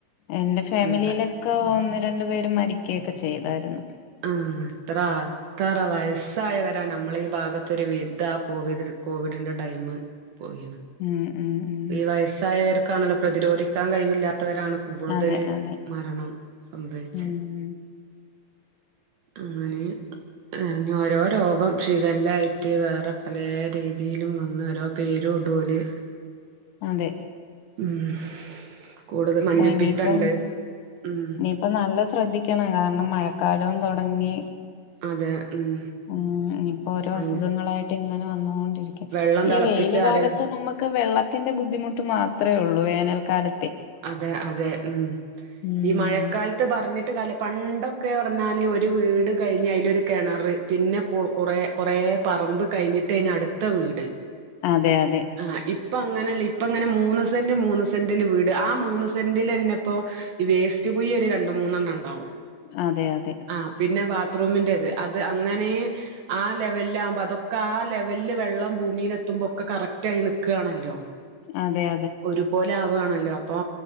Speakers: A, on the left; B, on the right.
A: എന്റെ ഫാമിലിയിലൊക്കെ
B: ഇണ്ട്
A: വന്ന് രണ്ടു പേര് മരിക്കയൊക്കെ ചെയ്താരുന്നു
B: ആഹ് അത്ര അത്തറ വയസ്സായവ <unintelligible> നമ്മളെ ഈ ഭാഗത്ത് ഒരു വീട്ടാ കോവിദ് കോവിഡിന്റെ ടൈമ് പോയിന്
A: ഉം ഉം ഉം
B: ഈ വയസ്സായവർ <unintelligible> പ്രതിരോധിക്കാൻ കഴിവില്ല ത്തവരാണ് കൂടുതല്
A: അതെ അതെ
B: മരണം സംഭവിച്ച്
A: ഉം
B: അങ്ങനെ ഓരോ രോഗം ഷിഗല്ലായിട്ട് വേറെ പല രീതിയിലും വന്ന് ഓരോ പേരും ഇടും ഓല്
A: അതെ
B: ഉം കൂടുതൽ മഞ്ഞപ്പിത്തണ്ട്
A: ആഹ് ഇനിയിപ്പം
B: ഉം
A: ഇനിയിപ്പ നല്ല ശ്രദ്ധിക്കണം കാ <unintelligible> മഴക്കാലവും തുടങ്ങി
B: അതെ ഉം
A: ഉം ഇനിയിപ്പോ ഓരോ
B: മഞ്ഞ
A: അസുഖങ്ങളായിട്ട് ഇങ്ങനെ വന്നൊണ്ട് <unintelligible>
B: വെള്ളം തിളപ്പിച്ചാറിയ
A: ഈ വെയില് കാലത്ത് നമ്മക്ക് വെള്ളത്തിന്റെ ബുദ്ധിമുട്ട് മാ <unintelligible> ഉള്ളൂ വേനൽക്കാല
B: അതെ അതെ മ്
A: ഉം
B: ഈ മഴക്കാലത്ത് പറഞ്ഞിട്ട് കല പണ് ഇവിടൊക്കെ പറഞ്ഞാല് ഒരു വീട് കഴിഞ്ഞ് അയിലൊരു കെണറ് പിന്നെ കു കൊറെ കൊറെ പറമ്പ് കഴിഞ്ഞിട്ടാന് അടുത്ത വീട്.
A: അതെ അതെ
B: ആഹ് ഇപ്പ അങ്ങനല്ല ഇപ്പ ഇങ്ങനെ മൂന്ന് സെന്റ് മൂന്ന് സെന്റില് വീ ട് ആ മൂന്ന് സെന്റിലെന്നെപ്പോ വേസ്റ്റ് കുഴി ഒരു രണ്ട് മൂന്നെണ്ണണ്ടാവും.
A: അതെ അതെ
B: ആ പിന്നെ ബാ ബാത്റൂമിന്റത് അത് അങ്ങനെ ആ ലെവലിലാകുമ്പോ അതൊക്കെ ആ ലെവലില് വെള്ളം ഭൂമിയിലെത്തുമ്പോക്കെ കറക്റ്റ് ആയി നിക്കാണല്ലോ.
A: അതെ അതെ
B: ഒരുപോലെ ആവാണ ല്ലോ അപ്പോ